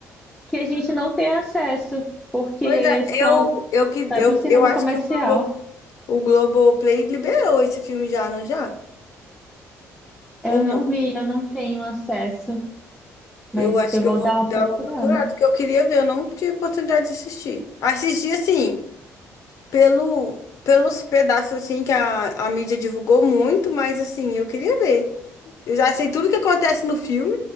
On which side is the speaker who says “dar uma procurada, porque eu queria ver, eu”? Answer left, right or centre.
Left